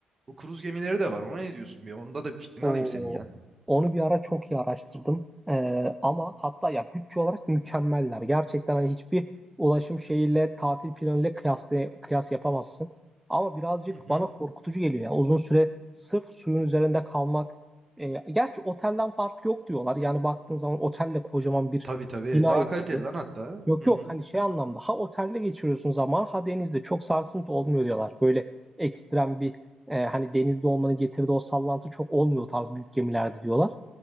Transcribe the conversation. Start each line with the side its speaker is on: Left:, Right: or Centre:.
Right: bu kruz gemileri de var. Ona ne diyorsun bir? Onda da bir fikrini
Centre: o
Right: alayım senin ya.
Centre: onu bir ara çok iyi araştırdım. Ee, ama hatta ya bütçe olarak mükemmeller. Gerçekten hani hiçbir ulaşım şeyiyle tatil planıyla kıyas, kıyas yapamazsın. Ama birazcık
Right: Hı hı.
Centre: bana korkutucu geliyor ya. Uzun süre sırf suyun üzerinde kalmak. Ee, gerçi otelden fark yok diyorlar. Yani baktığın zaman otel de kocaman bir
Right: Tabii tabii.
Centre: bina
Right: Daha
Centre: yapısı.
Right: kaliteli lan hatta.
Centre: Yok
Right: Hı
Centre: yok
Right: hı.
Centre: hani şey anlamda ha otelde geçiriyorsun zaman ha denizde çok sarsıntı olmuyor diyorlar. Böyle ekstrem bir e, hani denizde olmanın getirdiği o sallantı çok olmuyor tarz büyük gemilerde diyorlar.